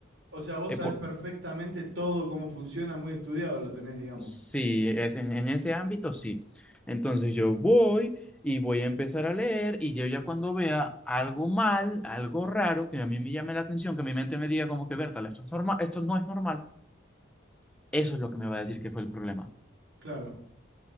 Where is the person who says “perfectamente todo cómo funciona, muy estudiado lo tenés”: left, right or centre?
Right